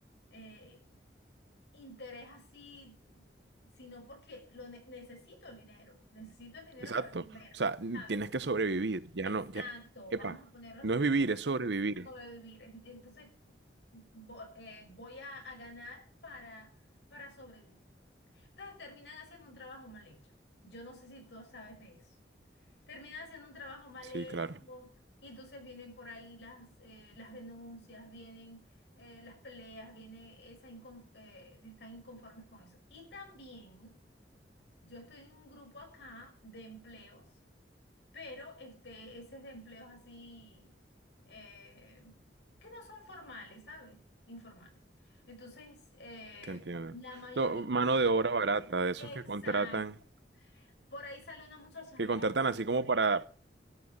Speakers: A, on the left; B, on the right.
A: eh, interés así, sino porque lo ne- necesito el dinero, necesito el dinero
B: exacto.
A: para comer,
B: O sea, n-
A: ¿sabes?
B: tienes que sobrevivir, ya
A: Exacto,
B: no, ya, epa,
A: vamos a ponerlo así,
B: no es
A: exacto,
B: vivir, es sobrevivir.
A: sobrevivir. Es- Entonces, vo- eh, voy a, a ganar para, para sobrevivir. Entonces, terminan haciendo un trabajo mal hecho. Yo no sé si tú sabes de eso termina haciendo un trabajo mal
B: Sí,
A: hecho
B: claro,
A: y entonces vienen por ahí las, eh, las denuncias, vienen eh, las peleas, viene esa incon- eh, de estar inconformes con eso. Y también yo estoy en un grupo acá de empleos, pero este, ese es de empleos así eh, que no son formales, ¿sabes? Informales. Entonces, eh,
B: te entiendo.
A: la mayoría,
B: No, mano de obra barata, de esos
A: exacto,
B: que contratan,
A: por ahí sale una muchacha,
B: que
A: "Hey,
B: contratan así como para,